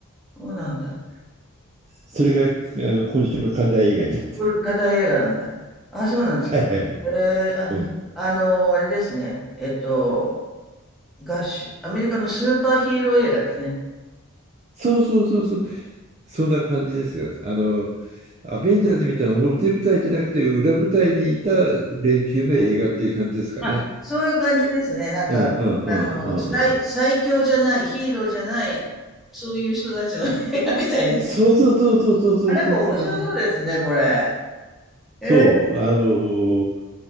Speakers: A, in the centre; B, on the right.
A: そうなんだ。
B: それがあの今週の課題映画になって。
A: これ課題映画なんだ。あ、そうなんですか。
B: <laughs> はいはいはい。
A: えーあ、
B: うん。
A: あのーあれですね。えっと、合衆、アメリカのスーパーヒーロー映画ですね。
B: そうそうそうそう。そんな感じですよ。あの、アベンジャーズみたいな表舞台じゃなくて裏舞台にいた連中の映画っていう感じですかね。
A: あ、そういう感じですね。なんか、
B: うんうんうんうんうん。
A: あの、最、最強じゃない、ヒーローじゃない、そういう人たちの映画みたいです。
B: そうそうそうそうそうそうそうそう
A: あ、なんか面白そうですね、これ。え
B: そう、あのー